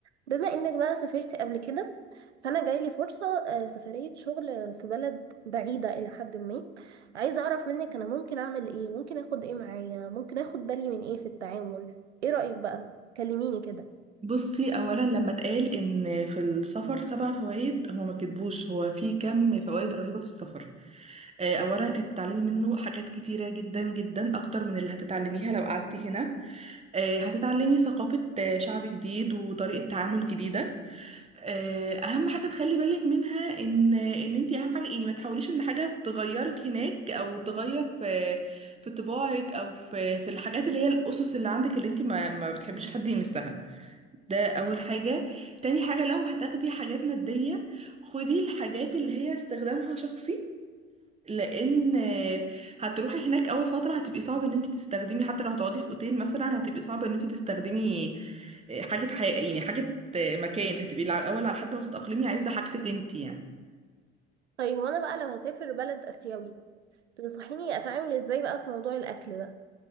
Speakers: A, on the right; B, on the right.
A: بما انك بقى سافرت قبل كده فانا جايلي فرصة آه، سفرية شغل في بلد بعيدة الى حد ما عايزة اعرف منك انا ممكن اعمل ايه ممكن اخد ايه معايا ممكن اخد بالي من ايه في التعامل ايه رأيك بقى كلميني كده
B: بصي اولا لما اتقال ان في السفر سبع فوائد هو ما كتبوش هو في كم فوائد رهيبه في السفر آه، اولا انت هتتعلمي منه حاجات كتيره جدا جدا اكتر من اللي هتتعلميها لو قعدتي هنا آه، هتتعلمي ثقافه آه، شعب جديد وطريقه تعامل جديده آه، اهم حاجه تخلي بالك منها ان ان انت اهم حاجه يعني ما تحاوليش ان حاجه تغيرك هناك او تغير في في طباعك او في في الحاجات اللي هي الاسس اللي عندك اللي انت ما ما بتحبيش حد يمسها ده اول حاجة تاني حاجة لو هتاخدي حاجات مادية خدي الحاجات اللي هي استخدامها شخصي لان آه، هتروحي هناك اول فترة هتبقي صعب ان انت تستخدمي حتى لو هتقعدي في اوتيل مثلا هتبقي صعب ان انت تستخدمي آه، حاجة حقيقية يعني حاجة آه، مكان هتبقي الع- الاول على حد ما تتأقلمي عايزة حاجتك انت يعني
A: طيب وانا بقى لو هسافر بلد اسيوي تنصحيني اتعامل ازاي بقى في موضوع الاكل ده